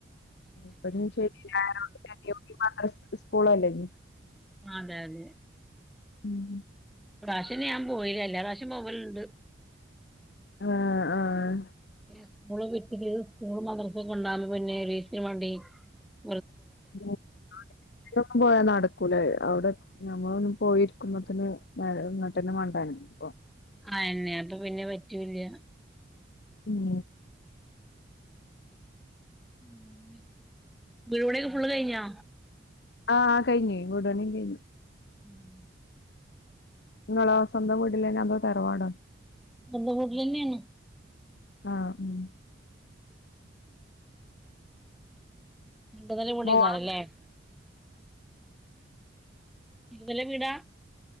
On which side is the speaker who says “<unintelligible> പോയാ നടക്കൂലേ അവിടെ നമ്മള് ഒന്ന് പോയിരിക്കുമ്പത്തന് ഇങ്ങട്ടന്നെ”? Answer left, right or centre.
Left